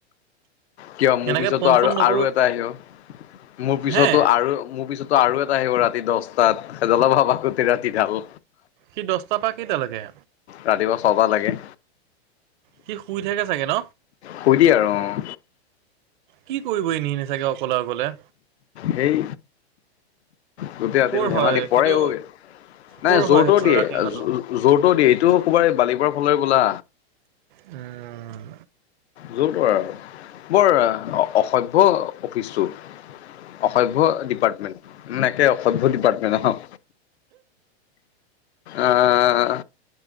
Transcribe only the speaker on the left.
কিয়? মোৰ
পিছতো
আৰু,
আৰু এটা আহিব, মোৰ পিছতো
আৰু, মোৰ পিছতো আৰু এ আহিব ৰাতি দচটাত, সেইডালৰ <unintelligible> ৰাতি ডাল
ৰাতিপুৱা ছটা লেকে।
শুই দিয়ে আৰু অ'।
হেই গোটেই ৰাতিডাল
ধেমালি,
পৰে
অই। নাই,
য'ৰ
ত'ৰ দিয়ে,
য'ৰ ত'ৰ দিয়ে, এইটো ক'ৰবাৰ বালিপাৰা ফালে‌ হ'বলা।
য'ৰ ত'ৰ আৰু বৰ অসভ্য অফিচটো। অসভ্য ডিপাৰ্টমেন্ট একে অসভ্য ডিপাৰ্টমেণ্ট আহ